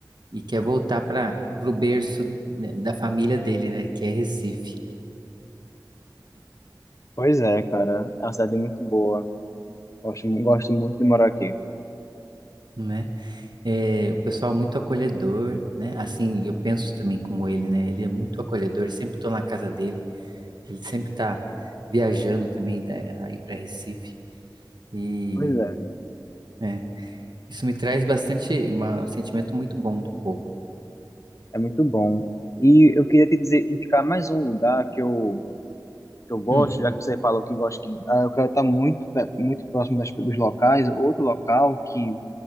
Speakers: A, on the right; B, on the left.
A: e quer voltar para o berço né, da família dele, né? Que é Recife.
B: Pois é, cara, é uma cidade muito boa. Gosto, gosto muito de morar aqui.
A: né? É, o pessoal é muito acolhedor, né? Assim, eu penso também como ele, né? Ele é muito acolhedor, sempre estou na casa dele, ele sempre está viajando também da- aí para Recife e
B: Pois é.
A: é, isso me traz bastante uma- um sentimento muito bom do povo.
B: É muito bom. E eu queria te dizer, indicar mais um lugar que eu, que eu gosto,
A: Hum.
B: já que você falou que gosta, que ah, eu quero estar muito, pe- muito próximo das, dos locais. Outro local que